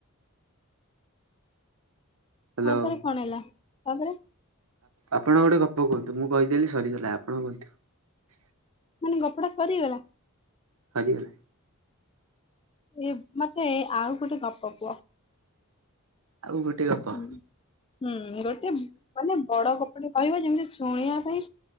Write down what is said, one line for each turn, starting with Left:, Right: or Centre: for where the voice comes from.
Right: ହ୍ୟାଲୋ
Left: ହଁପରେ କଣ ହେଲା ତାପରେ
Right: ଆପଣ ଗୋଟେ ଗପ କୁହନ୍ତୁ ମୁଁ କହିଦେଲି ସରିଗଲା। ଆପଣ କୁହନ୍ତୁ
Left: ମାନେ ଗପଟା ସରିଗଲା?
Right: ସରିଗଲା।
Left: ଏ ମତେ ଆଉ ଗୋଟେ ଗପ କୁହ।
Right: ଆଉ ଗୋଟେ ଗପ
Left: ହୁଁ ହୁଁ ଗୋଟେ ମାନେ ବଡ ଗପଟି କହିବ ଯେମିତି ଶୁଣିବା ପାଇଁ